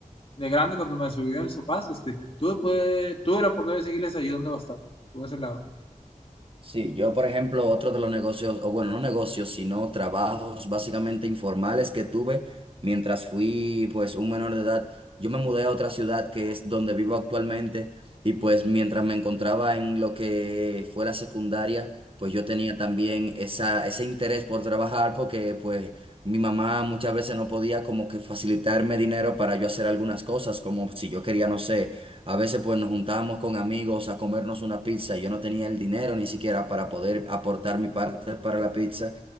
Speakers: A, on the left; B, on the right.
A: de grande cuando me subieron mis papás, este, tuve, pude, tuve la oportunidad de seguirles ayudando bastante por ese lado.
B: Sí, yo por ejemplo, otro de los negocios, o bueno, no negocios, sino trabajos básicamente informales que tuve mientras fui pues un menor de edad, yo me mudé a otra ciudad que es donde vivo actualmente y pues mientras me encontraba en lo que fue la secundaria, pues yo tenía también esa, ese interés por trabajar porque pues mi mamá muchas veces no podía como que facilitarme dinero para yo hacer algunas cosas, como si yo quería, no sé a veces pues nos juntábamos con amigos a comernos una pizza y yo no tenía el dinero ni siquiera para poder aportar mi parte para la pizza